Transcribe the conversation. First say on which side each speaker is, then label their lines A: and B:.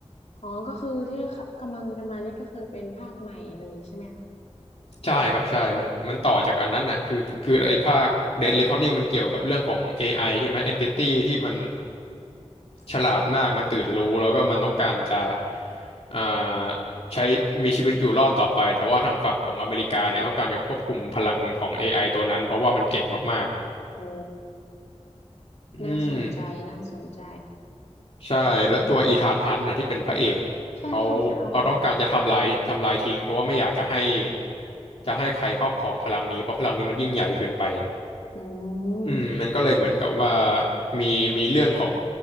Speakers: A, on the left; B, on the left.
A: อ๋อก็คือที่กำลังจะมานี่ก็คือเป็นภาคใหม่เลยใช่ไหมคะ
B: ใช่ครับใช่มันมันต่อจากอันนั้นอ่ะคือคือไอ้ภาค Dead Reckoning มันเกี่ยวกับเรื่องของ AI ใช่ไหม Entity ที่มันฉลาดมากมันตื่นรู้แล้วก็มันต้องการจะอ่าใช้มีชีวิตอยู่รอดต่อไปแต่ว่าทางฝั่งของอเมริกาเนี่ยต้องการจะควบคุมพลังของ AI ตัวนั้นเพราะว่ามันเก่งมาก
A: โอ้
B: ๆอืม
A: น่าสนใจน่าสนใจ
B: ใช่และตัวอีธานฮันต์นะที่เป็นพระเอกเขา
A: ใช่ใช่ใช่อ๋อ
B: เขาต้องการจะทำลายทำลายทิ้งเพราะว่าไม่อยากจะให้จะให้ใครครอบครองพลังนี้เพราะพลังนี้มันยิ่งใหญ่เกินไป
A: อืม
B: อืมมันก็เลยเหมือนกับว่ามีมีเรื่องของ